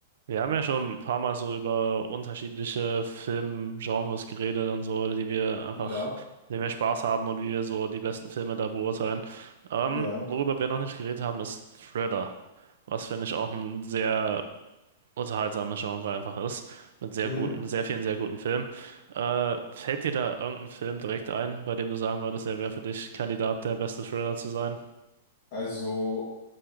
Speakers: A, on the right; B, on the left.
A: Wir haben ja schon ein paar Mal so über unterschiedliche Filmgenres geredet und so, die wir einfach,
B: Ja,
A: denen wir Spaß haben und wie wir so die besten Filme da beurteilen. Ähm,
B: ja.
A: worüber wir noch nicht geredet haben, ist Thriller, was finde ich auch ein sehr unterhaltsames Genre einfach ist, mit sehr
B: Mhm.
A: guten, sehr vielen sehr guten Filmen. Äh, fällt dir da irgendein Film direkt ein, bei dem du sagen würdest, der wäre für dich Kandidat, der beste Thriller zu sein?
B: Also